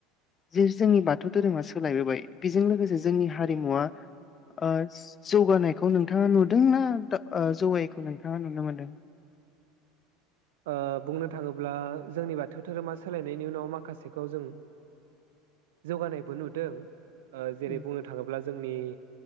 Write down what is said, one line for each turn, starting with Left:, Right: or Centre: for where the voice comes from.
Left: जे जोंनि बाथौ धोरोमा सोलायबोबाय बेजों लोगोसे जोंनि हारिमुवा ओ जौगानायखौ नोंथाङा नुदोंना ओ जौगायैखौ नोंथाङा नुनो मोनदों?
Right: ओ बुंनो थाङोब्ला जोंनि बाथौ धोरोमा सोलायनायनि उनाव माखासेखौ जों जौगानायबो नुदों । ओ जेरै
Left: उम
Right: बुंनो थाङोब्ला जोंनि